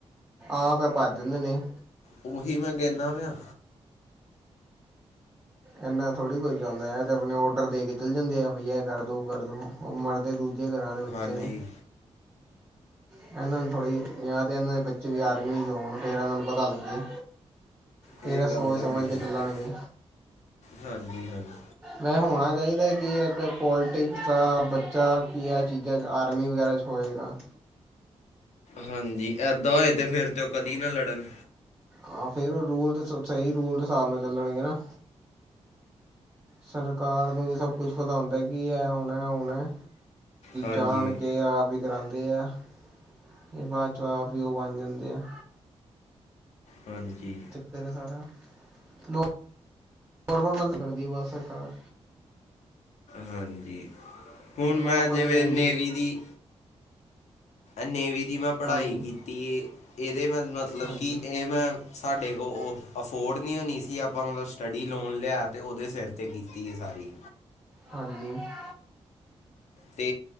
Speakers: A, on the right; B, on the left.
A: ਆਪ ਐ ਭੱਜ ਜਾਂਦੇ ਨੇ।
B: ਉਹੀ ਮੈਂ ਕਹਨਾ ਪਆ।
A: ਇੰਨਾ ਥੋੜ੍ਹੀ ਕੋਈ ਜਾਂਦਾ ਐ ਤੇ ਆਪਣੇ ਔਡਰ ਦੇ ਕੇ ਚਲ ਜਾਂਦੇ ਆ ਬਈ ਇਹ ਕਰਦੋ ਉਹ ਕਰਦੋ ਉਹ ਮਰਦੇ ਦੂ ਜੇ ਕਰਾ ਦੇ ਬੱਚੇ
B: ਹਾਂਜੀ
A: ਨੇ। ਇਹਨਾਂ ਨੂੰ ਥੋੜ੍ਹੀ ਜਾਂ ਤੇ ਇਹਨਾਂ ਦੇ ਬੱਚੇ ਵੀ ਆਰਮੀ ਚ' ਹੋਣ ਫੇਰ ਇਹਨਾਂ ਨੂੰ ਪਤਾ ਲੱਗੇ। ਫੇਰ
B: ਇਹ
A: ਏ
B: ਗੱਲ
A: ਸੋਚ
B: ਤੁਹਾਡੀ
A: -ਸਮਝ ਕੇ
B: ਠੀਕ
A: ਚੱਲਣਗੇ।
B: ਹੈ ਹਾਂਜੀ ਹਾਂਜੀ
A: ਮੈ ਹੋਣਾ ਚਾਹੀਦੈ ਕਿ ਇੱਕ ਪੋਲੀਟਿਕਸ ਦਾ ਬੱਚਾ ਕੀ ਐ ਚੀਜ਼ਾਂ ਚ' ਆਰਮੀ ਵਗੈਰਾ ਚ' ਹੋਏਗਾ।
B: ਹਾਂਜੀ। ਏਦਾਂ ਹੋਏ ਤੇ ਫੇਰ ਤੇ ਉਹ ਕਦੀ ਨਾ ਲੜਨ।
A: ਆਹ ਫੇਰ ਉਹ ਰੂਲ ਦੇ ਸ ਸਹੀ ਰੂਲ ਦੇ ਸਾਬ ਨਾਲ ਚੱਲਣਗੇ ਨਾ। ਸਰਕਾਰ ਨੂੰ ਵੀ ਸਭ ਕੁਛ ਪਤਾ ਹੁੰਦਾ ਕਿ ਐ ਹੋਣਾ ਐ ਹੋਣਾ।
B: ਹਾਂਜੀ
A: ਜਾਣ ਕੇ ਆਪ ਈ ਕਰਾਂਦੇ ਆ। ਤੇ ਬਾਅਦ ਚੋਂ ਆਪੇ ਓ ਬਣ ਜਾਂਦੇ ਆ।
B: ਹਾਂਜੀ।
A: ਫੇਰ ਸਾਰਾ, ਨੌਕਰੀ ਬੰਦ ਕਰਦੀ ਐ ਬਸ ਸਰਕਾਰ।
B: ਹਾਂਜੀ। ਹੁਣ ਮੈਂ
A: ਨਾ ਆਪਣੇ
B: ਜਿਵੇਂ
A: ਇੰਡੀ
B: ਨੇਵੀ ਦੀ ਨੇਵੀ ਦੀ ਮੈਂ ਪੜ੍ਹਾਈ
A: ਹਾਂਜੀ
B: ਕੀਤੀ ਏ, ਇਹਦੇ ਮੈਂ ਮਤਲਬ
A: ਹਾਂਜੀ
B: ਕਿ ਇਹ ਮੈਂ ਸਾਡੇ ਕੋ ਉਹ ਅਫੋਰਡ ਨਹੀਂ ਹੋਣੀ ਸੀ ਆਪਾਂ ਹੁਣ ਸਟੱਡੀ ਲੋਨ ਲਿਆ ਤੇ ਉਹਦੇ ਸਿਰ ਤੇ ਅਤੇ ਕੀਤੀ ਐਹ ਸਾਰੀ।
A: ਹਾਂਜੀ ‌।
B: ਤੇ